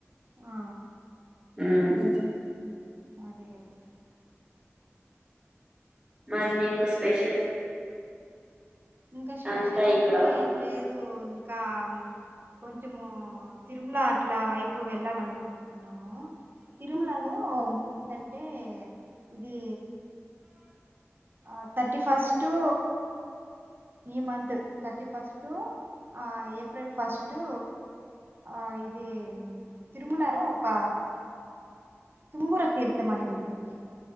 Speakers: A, on the right; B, on the right.
A: ఆ
B: మ్
A: అదే అదే
B: మరి మీకు స్పెషల్
A: ఇంకా స్పెషల్
B: అంతా
A: అంటూ
B: ఇక్కడ
A: ఏం లేదు ఇంకా కొంచము తిరుమల అట్లా వైపు వెళ్ళాలనుకుంటున్నాము తిరుమలలో ఏంటం టే ఇది ఆ థర్టీ ఫస్టూ ఈ మంత్ థర్టీ ఫస్టూ ఆ ఏప్రిల్ ఫస్టూ ఆ ఇది తిరుమలాలో ఒక తుమ్ముర తీర్థ మనేదుంటుంది